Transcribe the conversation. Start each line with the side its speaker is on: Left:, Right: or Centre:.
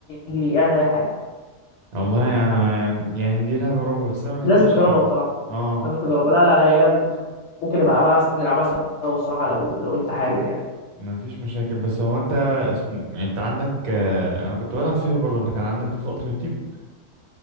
Left: تجري اعمل اي حاجه
Right: والله يعني, يعني دي لعبة رعب بس انا ما بحبهاش
Left: لازم تجربها
Right: قوي
Left: بصراحه
Right: اه
Left: لازم تجربها لا لا لا هي جامده بصراحه ممكن نبقى نلعبها نلعبها سوا الصراحه لو لو انت حابب يعني
Right: ما فيش مشاكل بس هو انت اسم يعني انت عندك آه، انا كنت بلعب فيها برضه انت كان عندك فيفا التيمت تيم